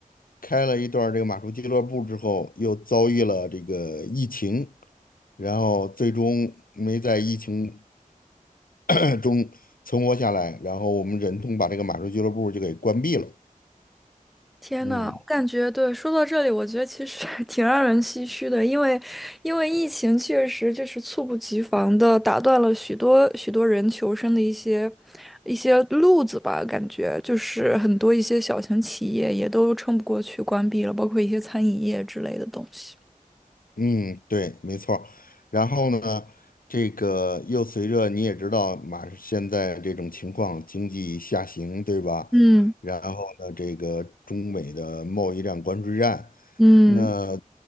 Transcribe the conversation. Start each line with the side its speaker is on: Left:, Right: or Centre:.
Left: 开了一段儿这个马术俱乐部之后，又遭遇了这个疫情，然后最终没在疫情 <clears throat> 中存活下来，然后我们忍痛把这个马术俱乐部就给关闭了。
Centre: 天呐，
Left: 嗯
Centre: 我感觉对，说到这里，我觉得其实 <laughs> 挺让人唏嘘的，因为因为疫情确实就是猝不及防的打断了许多许多人求生的一些一些路子吧，感觉就是很多一些小型企业也都撑不过去，关闭了，包括一些餐饮业之类的东西。
Left: 嗯，对，没错儿然后呢，这个又随着你也知道，马现在这种情况，经济下行，对吧？
Centre: 嗯
Left: 然后呢，这个中美的贸易战、关税战，
Centre: 嗯
Left: 那